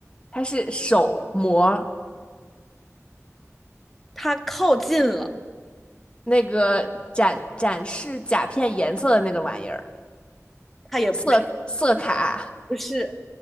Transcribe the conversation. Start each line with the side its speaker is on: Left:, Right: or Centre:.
Left: 它是手膜，
Centre: 它靠近了，
Left: 那个展展示甲片颜色的那个玩意儿，
Centre: 它也不是，
Left: 色色卡。
Centre: 不是，